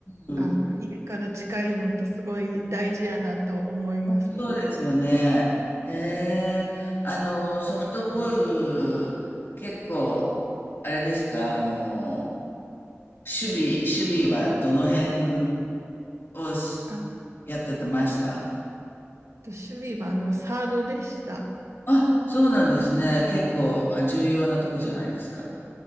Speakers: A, on the left (about 50°); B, on the right (about 80°).
A: うん。
B: あの家から近いのってすごい大事やなと思います。
A: そうですよね。ええ、あの、ソフトボール、結構、あれですか、あの、守備、守備はどの辺をし
B: あ
A: やっててました
B: と守備はあのサードでした。
A: あ、そうなんですね。結構、あ、重要なとこじゃないですか。